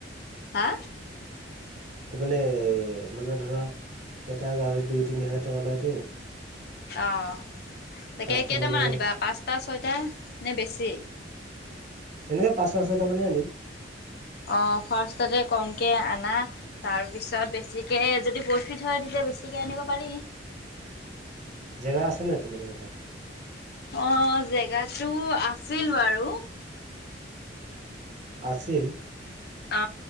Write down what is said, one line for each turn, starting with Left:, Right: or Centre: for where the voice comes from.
Left: হা
Right: তামানে এ মানে ধৰা এটা গাহৰিত দুই তিনি হাজাৰ টকা লয়তো।
Left: অ তাকে
Right: পাঁচটা
Left: কেইটামান
Right: মান ললে
Left: আনিবা পাঁচটা ছয়টা নে বেছি।
Right: সেনেকে পাঁচটা ছয়টা মানে আনিম।
Left: অ ফাৰ্ষ্টতে কমকে আনা তাৰ পিছত বেছিকে যদি প্ৰফিট হয় তেতিয়া বেছিকে আনিব পাৰি।
Right: জেগা আছে নাই তোমালোকৰ তাত
Left: অ জেগোতো আছিল বাৰু
Right: আছিল।
Left: অ